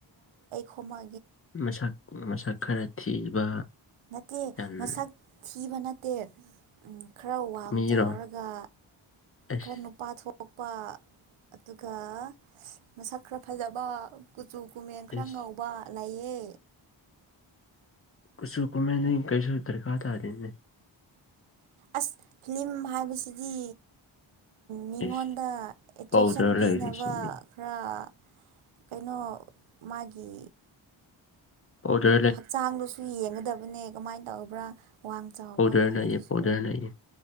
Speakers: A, on the right; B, on the left.
A: ꯈ ꯃꯥ
B: ꯃꯁꯛ ꯃꯁꯛ ꯈꯔ ꯊꯤꯕ
A: ꯅꯠꯇꯦ
B: ꯌꯥꯝꯅ
A: ꯃꯁꯛ ꯊꯤꯕ ꯅꯠꯇꯦ ꯈꯔ ꯋꯥꯡ
B: ꯃꯤꯔꯣ
A: ꯆꯥꯎꯔꯒ
B: ꯑꯁ
A: ꯈꯔꯅ ꯅꯨꯄꯥꯠꯒ ꯄ ꯑꯗꯨꯒ ꯃꯁꯛ ꯈꯔ ꯐꯖꯕ ꯖꯨꯒꯨꯝꯃꯦ ꯏꯪꯈ꯭ꯔꯥꯡ
B: ꯑꯁ
A: ꯉꯥꯎꯕ ꯂꯩꯑ
B: ꯈꯨꯁꯨꯀꯨꯃꯅꯤ ꯀꯩꯁꯨ ꯗꯔꯀ ꯇꯥꯗꯅꯤ
A: ꯑꯁ ꯐꯤꯂꯝ ꯍꯥꯏꯕꯁꯤꯗꯤ ꯃꯤꯉꯣꯟꯗ
B: ꯏꯁ
A: ꯑꯦꯇ꯭ꯔꯦꯛꯁꯟ
B: ꯄꯥꯎꯗꯔ
A: ꯄꯤꯅꯕ
B: ꯂꯩꯔꯤꯁꯤꯅꯤ
A: ꯈꯔ ꯀꯩꯅꯣ ꯃꯥꯒꯤ
B: ꯑꯣꯗ
A: ꯍꯛꯆꯥꯡꯗꯨꯁꯨ ꯌꯦꯡꯒꯗꯕꯅꯦ ꯀꯃꯥꯏꯅ ꯇꯧꯕ꯭ꯔꯥ ꯋꯥꯡ ꯆꯥꯎꯕ꯭ꯔꯥ
B: ꯄꯥꯎꯗꯔ
A: ꯍꯥꯏꯕꯗꯨꯁꯨ
B: ꯂꯩꯌꯦ ꯄꯥꯎꯗꯔ ꯂꯩꯌꯦ